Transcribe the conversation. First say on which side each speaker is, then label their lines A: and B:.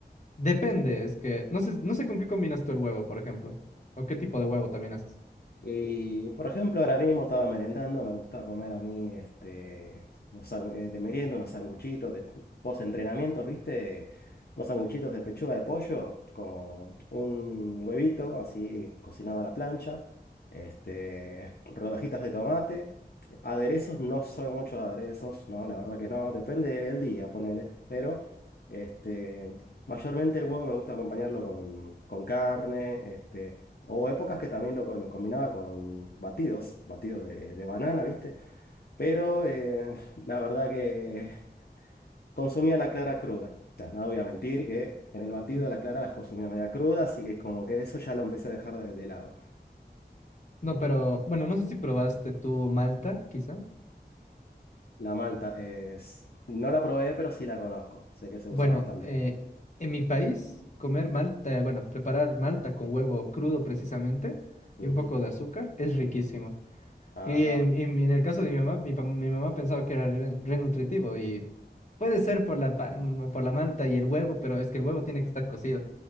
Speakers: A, on the left; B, on the left.
A: Depende, es que no sé, no sé con qué combinas tú el huevo, por ejemplo, o qué tipo de huevo también haces.
B: Y, por ejemplo, ahora mismo estaba merendando, me gusta comer a mí, este, unos san- eh, de merienda, unos sanguchitos de post-entrenamientos, ¿viste? Unos sanguchitos de pechuga de pollo con un huevito así cocinado a la plancha, este, rodajitas de tomate. Aderezos, no soy mucho de aderezos, no, la verdad que no, depende del día, ponele, pero este, mayormente el huevo me gusta acompañarlo con, con carne, este Hubo épocas que también lo, co- lo combinaba con batidos, batidos de, de banana, ¿viste? Pero eh, <laughs> la verdad que consumía la clara cruda. O sea, no voy a mentir que en el batido
A: Mm.
B: de la clara las consumía media cruda, así que como que eso ya lo empecé a dejar de, de lado.
A: No, pero bueno, no sé si probaste tú malta, quizá.
B: La malta es... No la probé, pero sí la conozco. Sé que se usa
A: Bueno,
B: bastante
A: eh,
B: también.
A: en mi país, comer malta, bueno, preparar malta con huevo crudo precisamente
B: Ujú.
A: y un poco de azúcar es riquísimo.
B: Ajá.
A: Y en, en mi- en el caso de mi mamá, mi, pa- mi mamá pensaba que era re- renutritivo y puede ser por la, pa- mm, por la malta y el huevo, pero es que el huevo tiene que estar cocido.